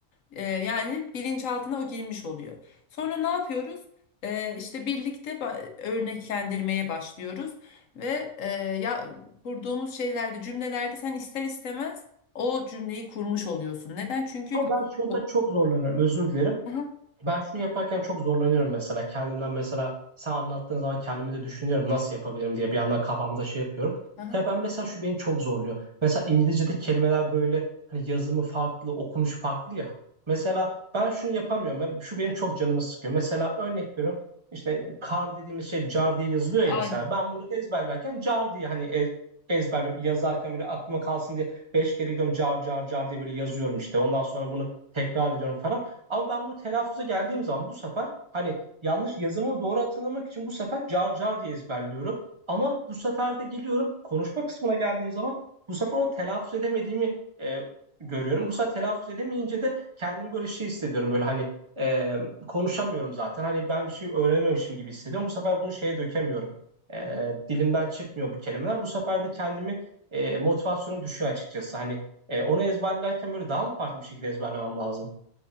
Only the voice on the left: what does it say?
Ee, yani bilinçaltına o girmiş oluyor. Sonra ne yapıyoruz? Ee, işte birlikte ba- örneklendirmeye başlıyoruz ve e, ya kurduğumuz şeylerde, cümlelerde sen ister istemez o cümleyi kurmuş oluyorsun. Neden? Çünkü
o-
Aha,
aha,
aynen.